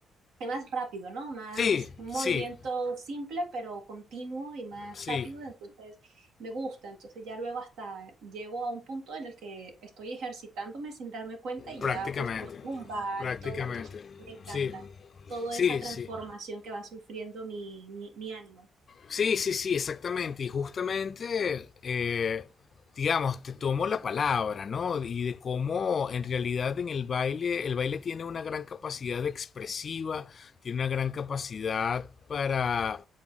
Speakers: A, on the right; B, on the left.
A: es más rápido, ¿no? Más
B: Sí,
A: un movimiento
B: sí,
A: simple, pero continuo y más
B: sí,
A: rápido, entonces me gusta, entonces ya luego hasta llego a un punto en el que estoy ejercitándome sin darme cuenta y
B: prácticamente,
A: ya busco zumba
B: prácticamente,
A: y todo, entonces me encanta
B: sí,
A: toda
B: sí,
A: esa transformación
B: sí.
A: que va sufriendo mi, mi, mi ánimo,
B: Sí, sí, sí, exactamente. Y justamente, eh, digamos, te tomo la palabra, ¿no? Y de cómo en realidad en el baile, el baile tiene una gran capacidad expresiva, tiene una gran capacidad para